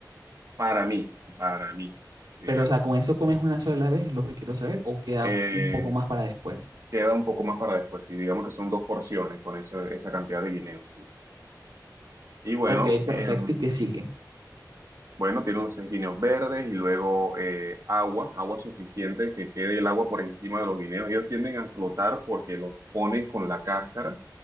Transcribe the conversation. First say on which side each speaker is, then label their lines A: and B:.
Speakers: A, on the right; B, on the right.
A: para mí, para mí, digamos.
B: Pero, o sea, ¿con eso comes una sola vez? Es lo que quiero saber, o queda
A: Eh,
B: un poco más para después.
A: queda un poco más para después, y digamos que son dos porciones con esa, esa cantidad de guineos, sí. Y bueno,
B: Ok, perfecto.
A: eh,
B: ¿Y qué sigue?
A: Bueno, tiene los seis guineos verdes y luego eh, agua, agua suficiente que quede el agua por encima de los guineos. Ellos tienden a flotar porque los pones con la cáscara.